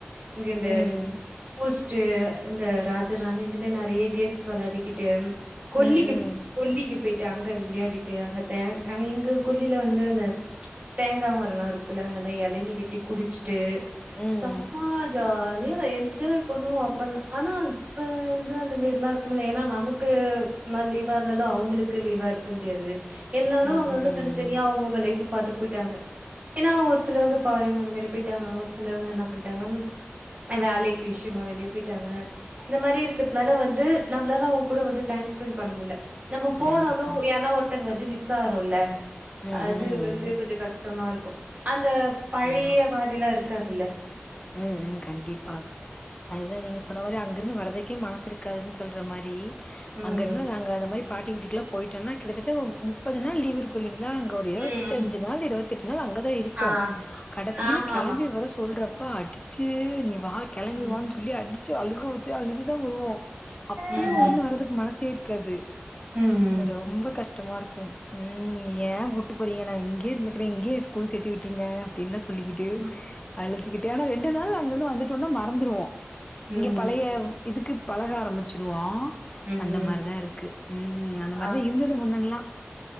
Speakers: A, on the right; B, on the left.
A: இங்க இந்த
B: ம்
A: பூஸ் டு இந்த ராஜராணி இதுமாரி நறையா கேம்ஸ் விளையாடிக்கிட்டு கொல்லிக்கி
B: ம் ம்
A: கொல்லிக்கி போயிட்டு அங்க விளையாடிட்டு அங்க த அங்க இந்த குளில வந்து அந்த தேங்கா மரோலா இருக்குல்ல அங்க அந்த. இளநி வெட்டி குடிச்சிட்டு
B: ம்
A: செம ஜாலியா என்ஜாய் பண்ணுவோம் அப்பதான் ஆனா இப்ப வந்து அந்த மாரிலாம் இருக்கும்ல ஏன்னா நமக்கு நா லீவா இருந்தாலு அவுங்களுக்கு லீவா இருக்க முடியாது எல்லாரு
B: ம்
A: அவுங்க‌‌
B: ம்
A: அவுங்க தனித்தனியா அவுங்க அவுங்க லைஃப்பப் பாத்து போயிட்டாங்க ஏனா ஒரு சிலவங்க ஃபாரின் அந்த மாரி போயிட்டாங்க ஒரு சிலவங்க என்ன பண்ட்டாங்க வேலைக்கி விஷ்யமா வெளியே போயிட்டாங்க இந்த மாரி இருக்குறதுனால வந்து நம்பளால அவுங்க கூட வந்து டைம் ஸ்பெண்ட் பண்ண முடில நம்ப போனாலு
B: கண்டிப்பா
A: யார்னா ஒருத்தங்க வந்து மிஸ் ஆகுறோல
B: ம்
A: அது
B: ம் ம்
A: வந்து கொஞ்சோ கஷ்டமா இருக்கு அந்த பழைய
B: ஆமா
A: மாரிலா இருக்காதுல
B: ம் ம் கண்டிப்பா அதுதா நீங்க சொன்ன மாரி அங்க இருந்து வரதுக்கே மனசு இருக்காதுனு சொல்ற மாரி
A: ம்
B: அங்க இருந்து நாங்க அந்த மாரி பாட்டி வீட்டுக்கெல்லா போயிட்டோன்னா கிட்டத்தட்ட முப்பது நாள் லீவு இருக் கோ இல்லீங்களா அங்க ஒரே ஒரு
A: ம்
B: இருவத்தஞ்சு நாள் இருவத்தெட்டு நாள் அங்கதா இருப்போ
A: ஆ
B: கடைசில
A: ஆமா
B: கிளம்பி
A: ஆமா
B: வர சொல்றப்ப அடிச்சு நீ வா கெளம்பிவானு
A: ம்
B: சொல்லி அடிச் சு அழுக வச்சு அழுதுதா வருவோ அப்பயு
A: ம்
B: அங்க இருந்து வர்றதுக்கு மனசே இருக்காது
A: ம்
B: ரொம்ப கஷ்டமா இருக்கு ம் ஏ கூட்டு போறீங்க நா இங்கேயே இருந்துக்கிறே இங்கேயே ஸ்கூல் சேத்து விட்ருங்க அப்டிலா சொல்லிக்கிட்டு
A: ம்
B: அழுத்துக்கிட்டு ஆனா ரெண்டு நாள் அங்க இருந்து வந்துட்டோன்னா மறந்துருவோ
A: ம்
B: இங்க பழைய இதுக்கு பழக ஆரம்மிச்சிருவோ
A: ம்
B: அந்த
A: ம்
B: மாறிதா இருக்கு ம் அந்த மாறிதா
A: ஆ
B: இருந்தது முன்னல்லா